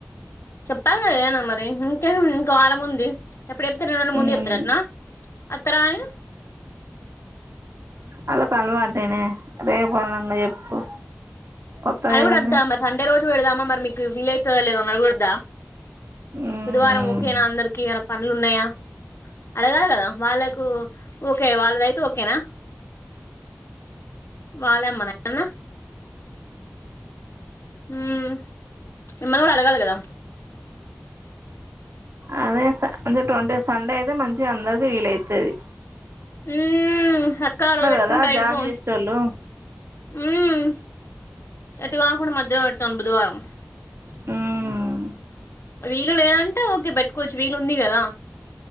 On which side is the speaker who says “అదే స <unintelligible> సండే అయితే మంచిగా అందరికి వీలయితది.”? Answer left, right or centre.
Right